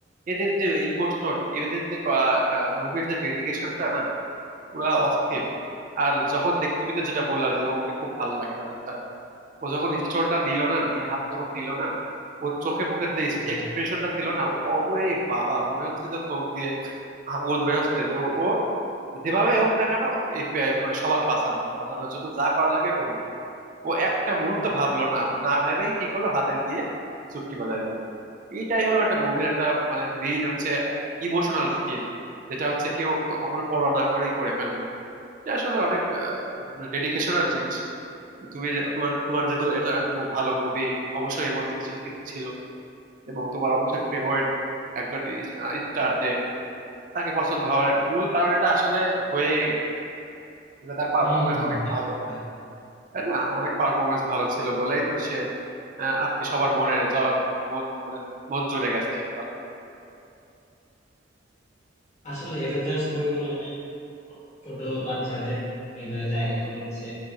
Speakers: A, on the right; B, on the left.
A: এদের যে ইমোশন এদের যে মুভির যে ডেডিকেশনটা না পুরা অস্থির আর যখন দেখ তুমি তো যেটা বললা যে ওকে খুব ভালো লাগে কারণ তার- ও যখন স্টোনটা নিল না নিয়ে হাত যখন দিল না ওর চোখে মুখের যে
B: হ্যাঁ
A: এক্সপ্রেশনটা ছিল না ও- ওরে বাবা মনে হচ্ছে যে চোখ দিয়ে আগুন বেরোচ্ছে যে ও ও যেভাবে হোক না কেন এই পে- মানে সবাক বাঁচানো বাঁচানোর জন্য যা করা লাগে করবে ও একটা মুহূর্ত ভাবলো না না ভেবেই কি করলো হাতে নিয়ে চুটকি বাজায় দিল এইটাই হলো একটা মুভির একটা মানে মেইন হচ্ছে ইমোশনাল সিন যেটা হচ্ছে কেউ কখনো পড়া না করেই করে ফেললো যে আসলে অনেক ডেডিকেশন আর জিনিস তো তুমি যে- তোমার তোমার যেহেতু এটা এত মু- ভালো মুভি অবশ্যই এর মধ্যে কিছু না কিছু ছিল এবং তোমার অবশ্যই ফেভারিট একজন স্টার যে তাকে পছন্দ হওয়ার মূল কারণ এটা আসলে হয়ে গেছে তার পারফরমেন্স
B: হম হম হম,
A: অনেক
B: একদম
A: ভালো
B: ভাই।
A: তাই না অনেক পারফরমেন্স ভালো ছিল বলেই তো সে আহ, আজকে সবার মনে জ- মন মানে মন জুড়ে গেছে সবার
B: আসলে অ্যাভেঞ্জার্স মুভিগুলো অনেক ছোট বাচ্চাদের হৃদয়ে জায়গা করে নিছে